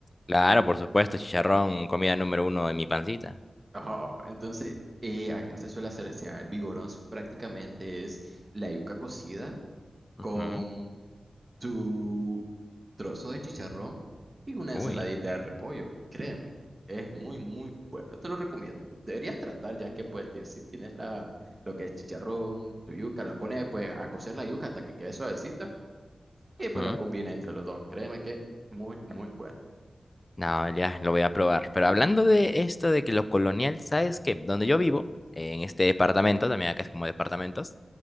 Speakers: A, on the left; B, on the right.
A: claro, por supuesto, chicharrón, comida número uno de mi pancita.
B: Ajá, entonces, eh, acá se suele hacer, o sea, el vigorón prácticamente es la yuca cocida con
A: Ujú,
B: tu trozo de chicharrón y una ensaladita
A: Uy.
B: de repollo. Créeme, es muy, muy bueno. Te lo recomiendo. Deberías tratar ya que pues ti- si tienes la, lo que es chicharrón, tu yuca, la pones pues a cocer la yuca hasta que quede suavecita y pues
A: ujú.
B: la combina entre los dos. Créeme que muy, muy bueno.
A: No, ya lo voy a probar. Pero hablando de esto de que lo colonial, ¿sabes qué? Donde yo vivo, en este departamento, también acá es como departamentos,